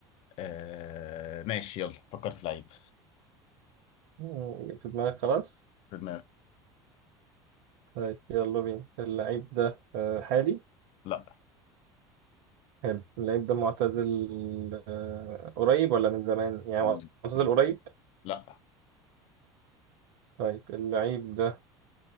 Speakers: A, on the left; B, on the right.
A: آه، ماشي يلا فكرت في لعيب
B: مم، في دماغك خلاص
A: في دماغي
B: طيب يلا بينا اللعيب ده آه، حالي
A: لا
B: حلو اللعيب ده معتزل آه، قريب ولا من زمان يعني
A: م-
B: معتزل
A: م-
B: قريب
A: لا
B: طيب اللعيب ده